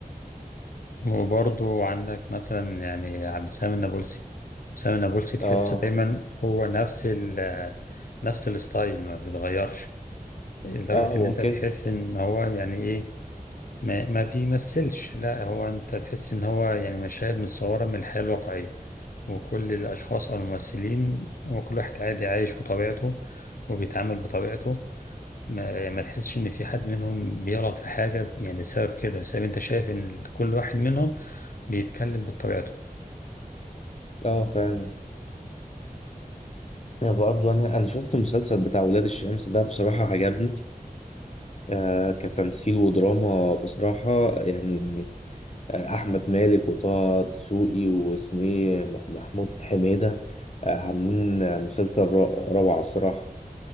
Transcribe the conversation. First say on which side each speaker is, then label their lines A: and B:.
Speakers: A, on the left (about 65°); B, on the left (about 45°).
A: وبرضو عندك مثلا يعني عبد السلام النابلسي سامي النابلسي تحسه
B: اه
A: دايما هو نفس ال نفس الستايل ما بيتغيرش لدرجة
B: اه هو
A: ان انت
B: كان
A: تحس ان هو يعني ايه ما, ما بيمثلش لا هو انت تحس ان هو يعني مشاهد متصورة من الحياة الواقعية وكل الاشخاص او الممثلين هو كل واحد عادي عايش بطبيعته وبيتعامل بطبيعته ما, ما تحسش ان في حد منهم بيغلط في حاجة يعني بسبب كده بسبب انت شايف ان كل واحد منهم بيتكلم بطبيعته
B: اه فعلا انا برضه انا انا شفت المسلسل بتاع ولاد الشمس ده بصراحه عجبني آه كتمثيل ودراما بصراحه يعني آه احمد مالك وطه دسوقي واسمه ايه م- محمود حميده آه عاملين آه، مسلسل ر- روعه الصراحه